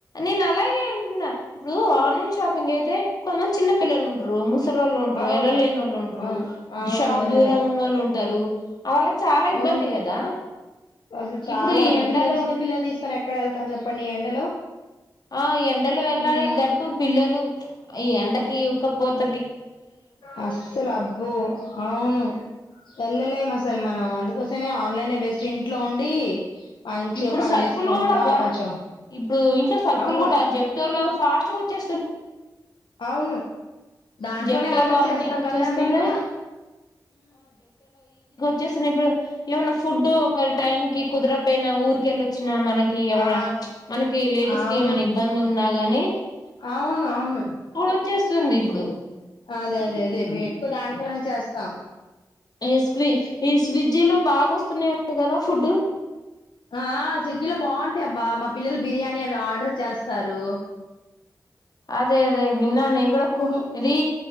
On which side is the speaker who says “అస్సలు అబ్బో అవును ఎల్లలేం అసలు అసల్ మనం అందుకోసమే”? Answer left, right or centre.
Left